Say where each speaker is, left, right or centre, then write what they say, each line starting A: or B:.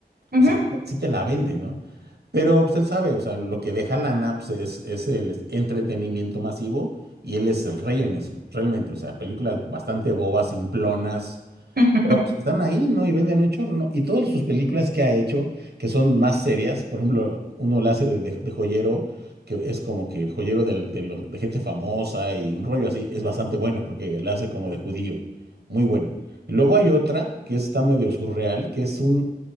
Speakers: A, on the right (about 70°); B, on the right (about 90°).
A: Ujú,
B: O sea,
A: ujú.
B: sí te la vende, ¿no? Pero pues él sabe, o sea, lo que deja lana pues, es, es el entretenimiento masivo y él es el rey en eso, realmente. O sea, películas bastante bobas, simplonas,
A: <laughs>
B: pero pues, están ahí, ¿no? Y venden un chorro, ¿no? Y todas sus películas que ha hecho, que son más serias, por ejemplo, uno la hace de, de- de joyero, que es como que el joyero del- de, los- de gente famosa y un rollo así, es bastante buena, porque la hace como de judío, muy buena. Y luego hay otra que está medio surreal, que es un,